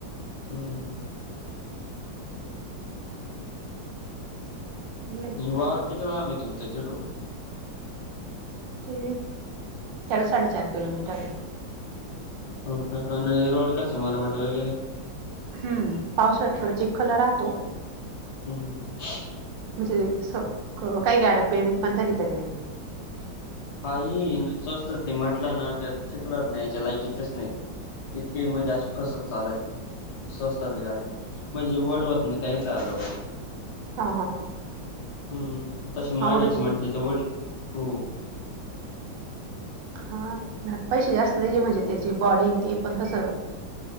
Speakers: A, on the left; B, on the right.
A: हम्म
B: हम्
A: हवावर किती लांब आहे तुमचा चचेडू
B: ते चल साडे चार किलोमीटर
A: हो का आणि रोड कसा मरवाट वगैरे
B: हम् पावसाळ्यात थोडा चिखल राहतो
A: हम्म हम
B: म्हणजे अस काय गड पेंट पण तरीत ते
A: हा ह स्वस्तच नाही म्हटलं ना तर शिकलत नाही याच्या लायकीचच नाही इतकी मजाशी फसत चाल सजतात गाडी म्हणजे वड होत नाही त्या ला आलो
B: हा हा
A: हम्म तशी माग्याची
B: आवरेज
A: म्हटली तर वडी हो
B: हा पैसे जास्त दिले म्हणजे त्याची बॉडी ते पण तस